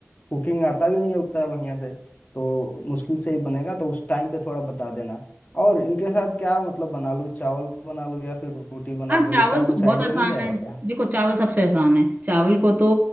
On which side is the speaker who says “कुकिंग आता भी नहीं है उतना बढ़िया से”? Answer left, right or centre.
Left